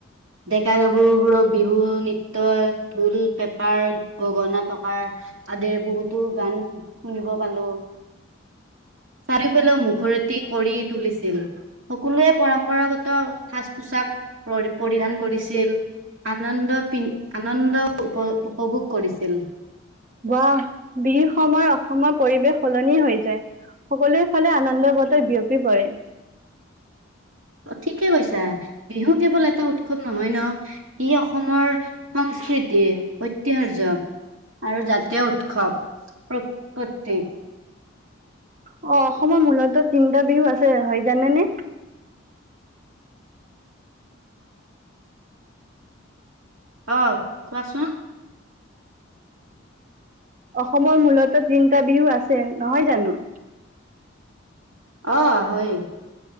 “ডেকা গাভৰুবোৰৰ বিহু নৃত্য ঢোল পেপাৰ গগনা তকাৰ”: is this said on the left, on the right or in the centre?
Right